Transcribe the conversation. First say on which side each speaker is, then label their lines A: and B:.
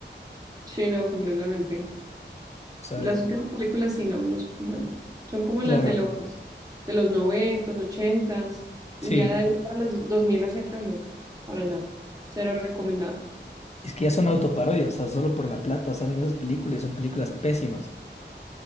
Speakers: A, on the right; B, on the left.
A: Sí, no, completamente.
B: O sea,
A: Las
B: de,
A: últimas películas sí, no, no son buenas. Son como
B: claro,
A: las de los de los noventas, ochentas.
B: sí.
A: Ya de ahí para los dos mil hacia acá, no, para nada. Cero recomendada.
B: Es que ya son autoparodias, o sea, solo por la plata salen esas películas y son películas pésimas.